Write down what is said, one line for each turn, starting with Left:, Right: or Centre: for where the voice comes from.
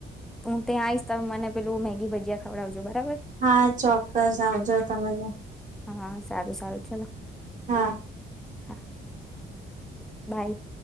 Centre: હું ત્યાં આવીશ ત મને પેલું મેગી ભજીયા ખવડાવજો બરાબર
Right: હા ચોક્કસ આવજો તમે
Centre: હા સારું સારું ચલો
Right: હા.
Centre: હા બાય.